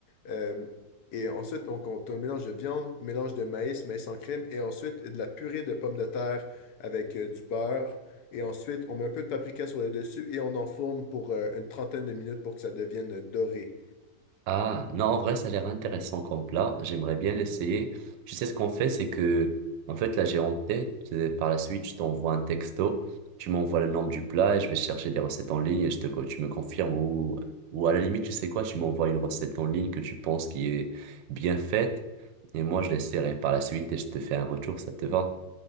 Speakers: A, on the left (about 65°); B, on the right (about 85°).
A: Euh, et ensuite, on, on, t'as un mélange de viande, mélange de maïs, maïs en crème, et ensuite de la purée de pommes de terre avec euh, du beurre. Et ensuite, on met un peu de paprika sur le dessus et on enfourne pour euh, une trentaine de minutes pour que ça devienne euh, doré.
B: Ah, non, en vrai, ça a l'air intéressant comme plat. J'aimerais bien l'essayer. Tu sais, ce qu'on fait, c'est que, en fait, là, j'ai en tête, euh, par la suite, je t'envoie un texto, tu m'envoies le nom du plat et je vais chercher des recettes en ligne et je te, co- tu me confirmes ou, ou à la limite, tu sais quoi, tu m'envoies une recette en ligne que tu penses qui est bien faite et moi, je l'essaierai par la suite et je te fais un retour, ça te va?